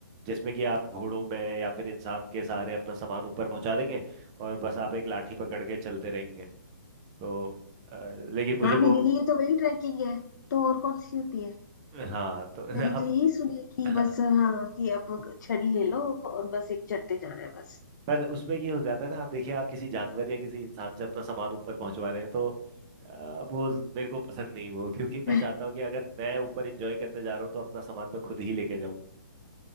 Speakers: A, on the right (about 20°); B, on the left (about 60°).
A: जिसमें कि आप घोड़ों में या फिर इंसान के सहारे अपना सामान ऊपर पहुंचा देंगे और बस आप एक लाठी पकड़ के चलते रहेंगे तो अ, लेकिन मुझे
B: हाँ
A: वो
B: मेरे लिए तो वही ट्रैकिंग है तो और कौन सी होती है
A: हाँ तो
B: मैंने
A: <laughs> हम
B: तो यही सुना है कि
A: हाँ,
B: बस हाँ कि अब छड़ी ले लो और बस एक चढ़ते जाना है बस
A: पर उसमें ये हो जाता है ना आप देखिए आप किसी जानवर या किसी इंसान से अपना सामान ऊपर पहुंचवा रहे हैं तो अ, वो मेरे को पसंद नहीं वो क्योंकि
B: <laughs>
A: मैं चाहता हूँ कि अगर मैं ऊपर एंजॉय करने जा रहा हूँ तो अपना सामान मैं खुद ही लेके जाऊँ